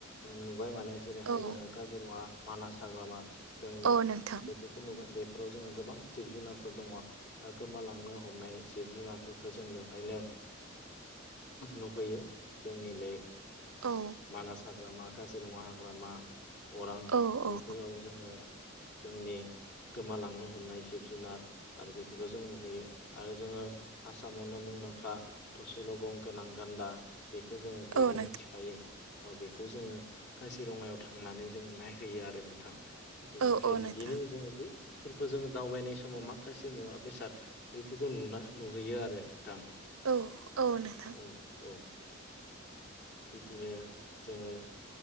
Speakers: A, on the left; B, on the right.
A: नुबाय माने जेरैहाय
B: औ
A: जोंङो काजिरङा मानास हाग्रामा जोंनि
B: औ नोंथां
A: बेफोरखौ नोबाय बे फोराव जोंङो गोबां जिब जुनारफोर दङ दा गोमालांनो हमनाय जिब जोनारफोर खौ जों बेवहायनो नुुबैयो जोंनि बे
B: औ
A: मानास हाग्रामा काजिरङा हाग्रामा अरां
B: औ औ
A: बेफोराव जोंङो जोंनि गोमालांनो हमनाय जिब जोनार आरो बेफोरखौ जों नोहैयो आरो जोंङो आसामावनो मुंदांखा थसेल' गं गोनां गान्दा बेखौ जोंङो बयबो
B: औ नोंथां
A: मिथिखायो बेखौ जोंङो काजिरङायाव थांनानै जोङो नायहैयो आरो नोंथां बिनिफ्राय
B: औ औ नोंथां
A: बिदिनो जोंङो फोरखौ जोंङो दावबायनाय समाव माखासे मुवा बेसाद बेैफोरखौ नोनाय नोहैयो आरो नोंथां
B: औ औ नोंथां
A: औ औ बिदिनो जोंङो